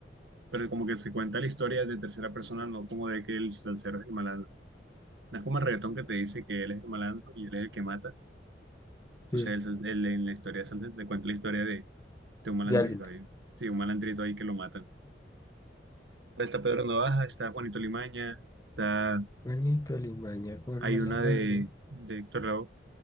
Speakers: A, on the right; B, on the left.
A: pero como que se cuenta la historia de tercera persona, no como de que el salsero es el malandro. No es como el reggaetón que te dice que él es el malandro y él es el que mata. Entonces
B: sí,
A: el sal- el- en la historia de salsa te cuenta la historia de, de un malandrito
B: de alguien.
A: ahí. Sí, un malandrito ahí que lo matan. Está Pedro Navaja, está Juanito Limaña, está,
B: Juanito Limaña con
A: hay
B: mala
A: una de,
B: maña.
A: de Héctor Lavoe,